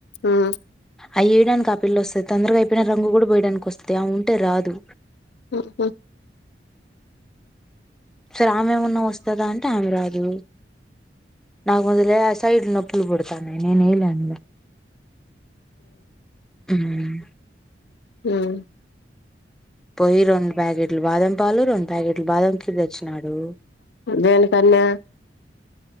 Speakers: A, on the left; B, in the centre.
A: ఉమ్
B: అయ్యేడానికి ఆపిల్లి వస్తుంది తొందరగా అయిపోయి రంగు కూడా పోయడానికి వస్తంది తే ఉంటే రాదు
A: ఆహా
B: సరే ఆమె ఏమన్నా వస్తాదా అంటే ఆమె రాదు నాకు ముందలే ఆ సైడ్ నొప్పులు పుడుతున్నాయి నేను <unintelligible>
A: ఆమ్
B: పోయి రెండు పాకెట్ బాదం పాలు రెండు ప్యాకెట్లు బాదం ఖిరూ తెచ్చినాడు
A: దేనికన్నా